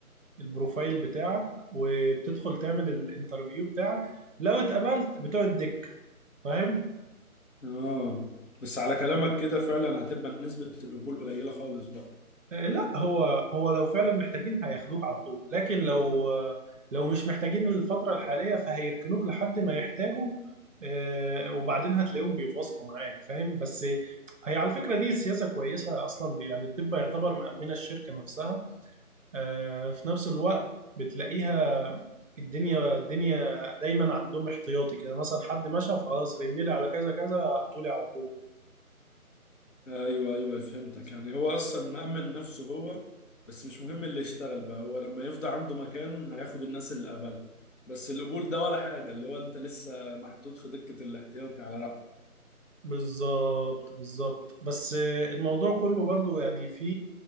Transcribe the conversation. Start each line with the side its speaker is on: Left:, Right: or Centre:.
Right: البروفايل بتاعك وبتدخل تعمل الانترفيو بتاعك لو اتقبلت بتقعد دك فاهم
Left: آه بس على كلامك كده فعلا هتبقى نسبة القبول قليلة خالص بقى
Right: آه، لا هو هو لو فعلا محتاجين هياخدوك على طول لكن لو آه، لو مش محتاجين الفترة الحالية فهيركنوك لحد ما يحتاجوا آه، وبعدين هتلاقيهم بيتواصلوا معاك فاهم بس هي على فكرة دي سياسة كويسة أصلا يعني الطب يعتبر مأمنة الشركة نفسها آه، في نفس الوقت بتلاقيها الدنيا الدنيا دايما عندهم احتياطي كده مثلا حد مشى فخلاص رن لي على كذا كذا هتقولي على طول
Left: ايوه ايوه فهمتك يعني هو اصلا مأمن نفسه هو بس مش مهم اللي يشتغل بقى هو لما يفضى عنده مكان هياخد الناس اللي قبلها بس القبول ده ولا حاجة اللي هو انت لسه محطوط في دكة الاحتياطي على رأيك
Right: بالظبط بالظبط بس الموضوع كله برضو يعني في